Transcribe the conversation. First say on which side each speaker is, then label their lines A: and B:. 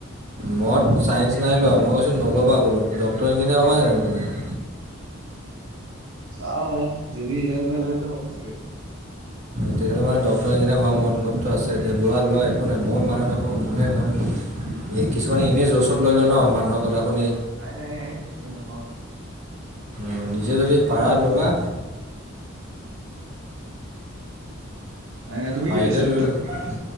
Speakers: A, on the right; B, on the right.
A: মত চাইন্স নাই লোৱা। মই কৈছো নল'বা বোলো ডক্টৰ, ইঞ্জিনিয়াৰ হ'বা জানো তুমি?
B: চাও যদি ৰিজাল্ট ভাল হয় ত হম ছাগে।
A: তেতিয়াহ'লে মানে ডক্তৰ, ইঞ্জিনিয়াৰ হোৱাৰ মতলপটো আছে এতিয়া লোৱা লোৱা একো নাই মই মানা নকওঁ মানে মই এ কিছুমানে এনেই জ' চত লৈ লয় ন মানুহৰ কথা শুনি
B: নাই নাই হে সেইটো নহয়।
A: অ নিজে যদি পাৰা ল'বা
B: নাই নাই তুমি
A: পাৰিলে
B: কি লৈছিলা?
A: লৈ লবা,